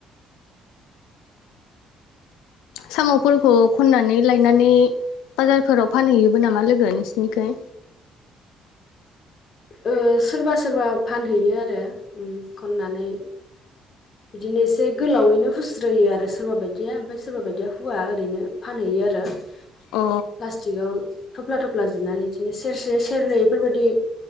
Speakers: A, on the left; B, on the left.
A: साम'फोरखौ खननानै लायनानै बाजारफोराव फानहैयोबो नामा लोगो नोंसिनिखाय
B: ओ सोरबा सोरबा फानहैयो आरो उम खननानै बिदिनो एसे गोलावैनो हुस्रोयो आरो सोरबा बायदिया ओमफाय सोरबा बायदिया हुवा ओरैनो फानहैयो आरो प्लास्टिकआव
A: अ
B: थफ्ला थफ्ला जुनानै बिदिनो सेरसे सेरनै इफोरबायदि।